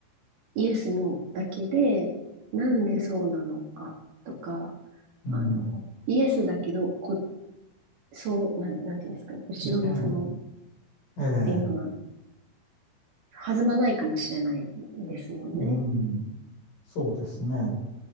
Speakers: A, on the right (about 55°); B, on the left (about 50°).
A: イエス、ノーだけで、なんでそうなのかとか、
B: うん、
A: あの、イエスだけど、こ、そう、なん、なんていうんですかね、後ろのその、
B: ね
A: っ
B: え、ええ、
A: ていうのは弾まないかもしれないですもんね。
B: うん、そうですね。